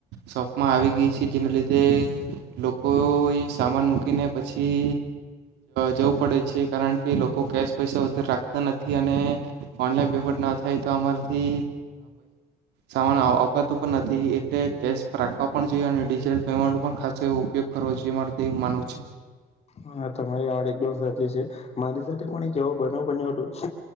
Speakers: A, on the right; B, on the left.
A: શોપમાં આવી ગઈ છે જેના લીધે લોકો એ સામાન મૂકીને પછી જવું પડે છે કારણ કે લોકો કેશ પૈસા વધારે રાખતા નથી અને ઓનલાઈન પેમેન્ટ ના થાય તો અમારેથી સામાન અપાતું પણ નથી એટલે કેશ રાખવા પણ જોઈએ અનેિજટલ પેમેન્ટ પણ ખ વ ઉપયોગ કરવો જે મારેવું માનવું છે.
B: હા તમારી વાત એકદમ સાચી છે મારી સાથે પણ એક એવો બનવ બન્યો હતું